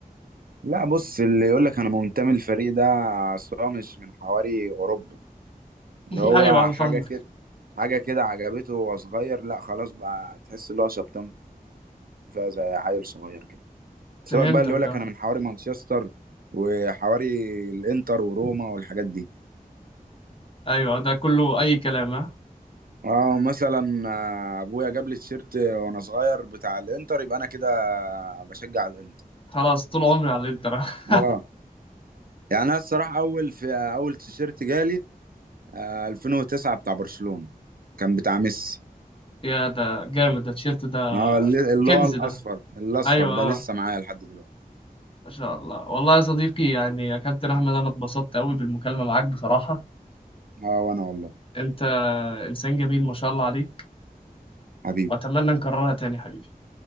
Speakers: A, on the right; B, on the left.
A: لا بص اللي يقول لك انا منتمي للفريق ده أصل هو مش من حواري اوروبا
B: <laughs>
A: ده
B: <laughs>
A: هو
B: ايوه آه،
A: حاجة
B: فاهمك
A: كده حاجة كده عجبته وهو صغير لا خلاص بقى تحس ان هو شبطان فيها زي عيل صغير كده سيبك
B: فهمتك
A: بقى اللي يقول لك
B: اه
A: انا من حواري مانشستر وحواري الانتر وروما والحاجات دي
B: ايوه ده كله اي كلام ها
A: اه مثلا آه، ابويا جاب لي التيشيرت وانا صغير بتاع الانتر يبقى انا كده بشجع الانتر
B: خلاص طول عمري على الانتر <laughs>
A: اه يعني انا الصراحه اول في اول تيشيرت جالي آه 2009 بتاع برشلونه كان بتاع ميسي
B: يا ده جامد ده التيشيرت ده
A: اه اللي اللي
B: كنز
A: هو الاصفر
B: ده
A: الاصفر
B: ايوه
A: ده
B: آه.
A: لسه معايا لحد دلوقتي
B: ما شاء الله والله يا صديقي يعني يا كابتن احمد انا اتبسطت قوي بالمكالمة معاك بصراحة
A: اه وانا والله
B: انت انسان جميل ما شاء الله عليك
A: حبيبي
B: واتمنى نكررها تاني يا حبيبي